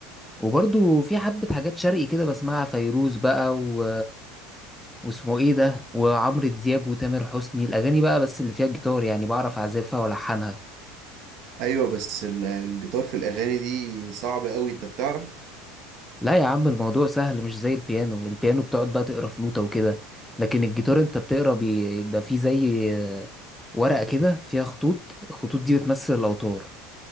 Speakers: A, in the centre; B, on the right.
A: وبرضو في حبه حاجات شرقي كده بسمعها فيروز بقى و... واسمه ايه ده وعمرو دياب وتامر حسني الاغاني بقى بس اللي فيها الجيتار يعني بعرف اعزفها والحنها
B: ايوه بس ال- الجيتار في الاغاني دي صعب قوي انت بتعرف
A: لا يا عم الموضوع سهل مش زي البيانو البيانو بتقعد بقى تقرا في نوتة وكده لكن الجيتار انت بتقرا بي- بيبقى فيه زي ورقة كده فيها خطوط الخطوط دي بتمثل الأوتار